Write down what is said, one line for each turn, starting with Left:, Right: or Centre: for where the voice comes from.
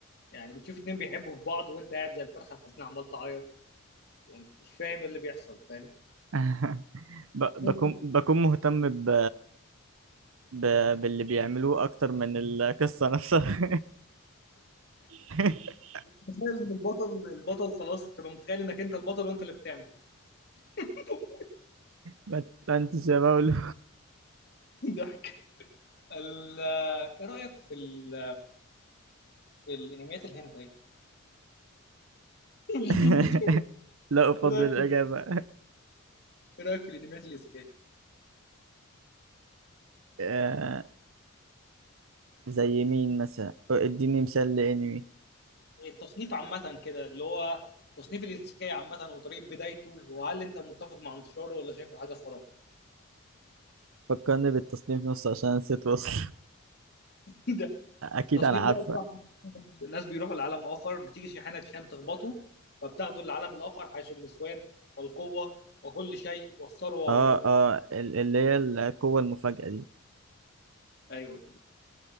Left: يعني بتشوف اتنين بيحبوا في بعض وأنت قاعد زي الفرخة الحزينة عمال تعيط ومش فاهم إيه اللي بيحصل فاهم
Right: <laughs> ب-
Left: <laughs>
Right: بكون بكون مهتم ب... ب... باللي بيعملوه اكتر من القصة نفسها <laughs>
Left: متخيل إن البطل البطل خلاص تبقى متخيل إنك أنت البطل وأنت اللي بتعمل <laughs>
Right: ما تفهمتش يا مولو
Left: ضحك ال- آه، إيه رأيك في ال الانميات الهنتاي <laughs> مش
Right: <laughs>
Left: دي مش دي
Right: لا افضل
Left: ايه رايك
Right: الاجابة
Left: في ايه رايك في الانميات الايسيكاي
Right: آه، زي مين مثلا اديني مثال لانمي
Left: التصنيف عامه كده اللي هو تصنيف الايسيكاي عامه وطريقه بدايته وهل انت متفق مع انتشاره ولا شايفه حاجه خرافه
Right: فكرني بالتصنيف نص عشان نسيت وصل
Left: <laughs> ده
Right: <laughs> اكيد
Left: التصنيف
Right: انا عارفة
Left: ده عبارة عن الناس بيروحوا لعالم اخر بتيجي شاحنه شان تخبطه فبتاخده للعالم الاخر حيث النسوان والقوه وكل شيء والثروه
Right: اه
Left: والمجد
Right: اه ال- اللي هي القوة المفاجأة دي
Left: ايوه